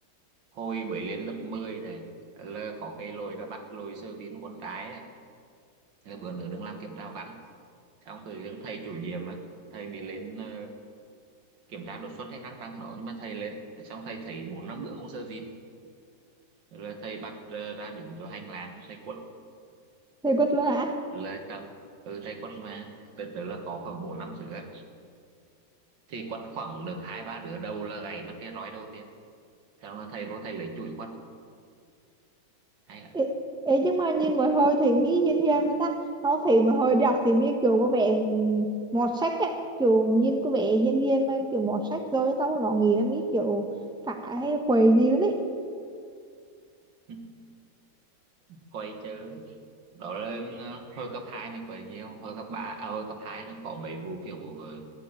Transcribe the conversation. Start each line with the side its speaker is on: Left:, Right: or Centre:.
Right: thôi mới lên lớp 10 này là có cái lỗi là bắt lỗi sơ tín uốn trái Thế là bữa nữa đừng làm kiểm tra văn xong tự dưng thầy chủ nhiệm á thầy mình lên ờ, kiểm tra đột xuất hay răng răng nó nhưng mà thầy lên Thế xong thầy thấy bốn năm đứa không sơ vin rồi thầy bắt ờ, ra đứng cho hành lang thầy quất
Centre: thầy quất luôn hả
Right: Rồi là chào ừ, thầy quất mà đợt đó là có khoảng bốn năm đứa thì quất khoảng được hai ba đứa đầu là gãy mất cái roi đầu tiên xong là thầy vô thầy lấy chùi quất hay là
Centre: Ê, ê, nhưng mà nhìn một hồi thì mi hiền hiền mà ta tao thấy một hồi đọc thì mi kiểu có vẻ mọt sách ấy kiểu nhìn có vẻ hiền hiền mà kiểu mọt sách rồi tao nó nghĩ là mi kiểu phải hay quậy gì đấy
Right: <laughs> quay chứ đó là ờ, hồi cấp 2 mình quay nhiều hồi cấp 3, à, hồi cấp 2 đang có mấy vụ kiểu ờ,